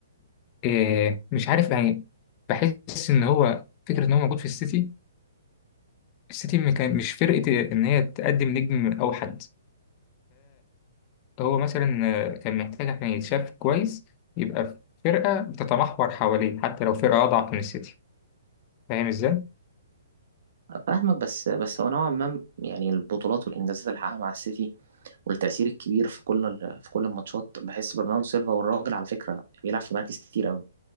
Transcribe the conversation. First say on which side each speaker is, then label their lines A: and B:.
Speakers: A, on the left (about 30°); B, on the right (about 65°).
A: إيه مش عارف يعني بحس ان هو فكره ان هو موجود في السيتي السيتي ما كان- مش فرقه ان هي تقدم نجم اوحد هو مثلا آه، كان محتاج عشان يتشاف كويس يبقى في فرقة بتتمحور حواليه حتى لو فرقة أضعف من السيتي فاهم إزاي؟
B: فاهمك بس بس هو نوعا ما يعني البطولات والانجازات اللي حققها مع السيتي والتأثير الكبير في كل ال- في كل الماتشات بحس برناردو سيلفا والراجل على فكره بيلعب في مراكز كتير قوي